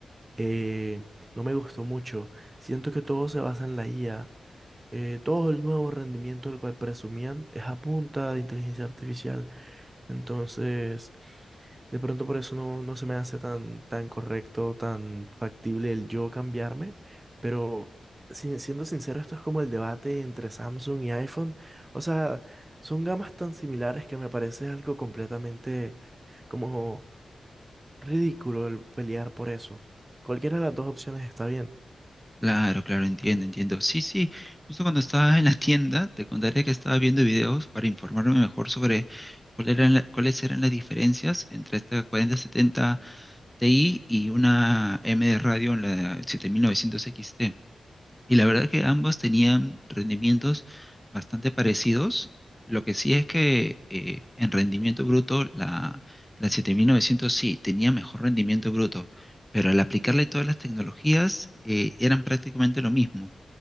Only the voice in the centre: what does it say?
Claro, claro, entiendo, entiendo. Sí, sí, justo cuando estaba en la tienda, te contaré que estaba viendo videos para informarme mejor sobre cuál eran la- cuáles eran las diferencias entre esta 4070 Ti y una M de radio en la 7900 XT. Y la verdad que ambos tenían rendimientos bastante parecidos. Lo que sí es que eh, en rendimiento bruto, la, la 7900 sí tenía mejor rendimiento bruto, pero al aplicarle todas las tecnologías eh, eran prácticamente lo mismo.